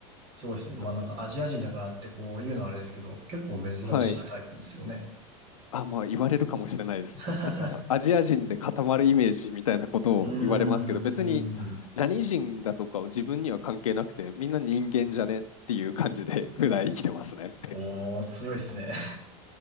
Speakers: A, on the right (about 55°); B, on the left (about 85°).
A: すごいですね。まあなんかアジア人だからってこう言うのはあれですけど、
B: なんか、
A: 結構珍しいはいタイプですよね。
B: はい。あ、まあ言われるかもしれないです。
A: <laughs>
B: なんが、かアジア人で固まるイメージみたいなことを言われますけど、
A: うん。
B: 別に何人だとか自分には関係なくて、
A: うーん。
B: みんな人間じゃねっていう感じで <laughs> 普段生きてますね。
A: おー、強いですね。